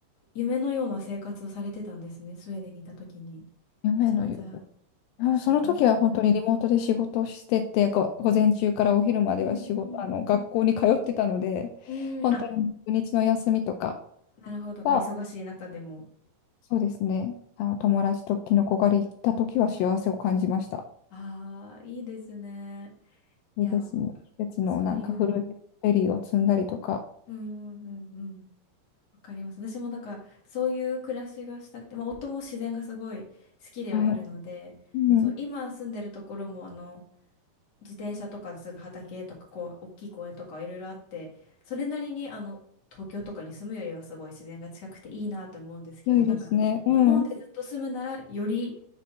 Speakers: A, on the left; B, on the left.
A: 夢のような生活をされてたんですね、スウェーデンにいた時に。
B: 夢のよ
A: めちゃめちゃ、
B: あその時は本当にリモートで仕事をしてて、
A: めちゃめちゃ羨まし
B: ご午前中からお昼までは仕事、
A: い。うん、うん。
B: あの、学校に通ってたので、
A: うん、
B: 本当に土日の休みとか
A: あ、なるほど。
B: は、
A: まあ、忙しい中でも。
B: そうですね、あの、友達とキノコ狩り行った時は幸せを感じました。
A: ああ、いいですね。いや、
B: でですね、季節のなんか古いフェリーを積んだりとか、
A: そういう、うんうんうんうん。わかります。私もだから、そういう暮らしがしたくて、まあ、夫も自然がすごい好きではあるので、
B: はい。うん、
A: そう、今住んでるところも、あの、自転車とかですぐ畑とかこう大きい公園とかいろいろあってそれなりにあの東京とかに住むよりはすごい自然が近くていいなと思うんですけどなんか日本でずっと住むならより
B: 良いですね。うん。